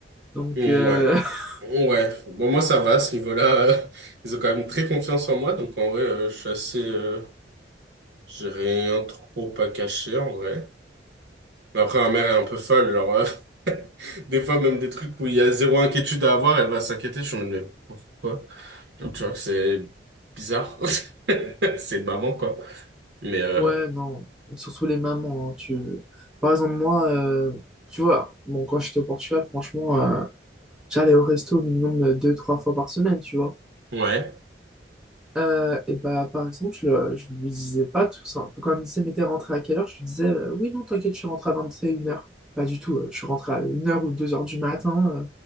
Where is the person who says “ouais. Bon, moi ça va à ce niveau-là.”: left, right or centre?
Right